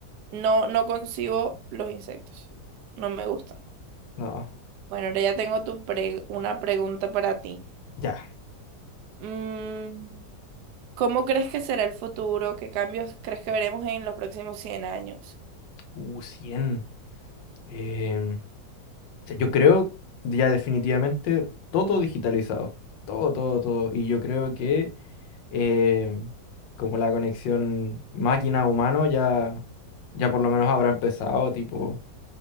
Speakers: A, on the right; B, on the left.
A: no, no concibo los insectos, no me gustan.
B: No,
A: Bueno, ahora ya tengo tu pre- una pregunta para ti.
B: ya.
A: Mm, ¿cómo crees que será el futuro? ¿Qué cambios crees que veremos en los próximos 100 años?
B: Uh, cien em, sea, yo creo ya definitivamente todo digitalizado, todo, todo, todo. Y yo creo que eh, como la conexión máquina-humano ya, ya por lo menos habrá empezado, tipo,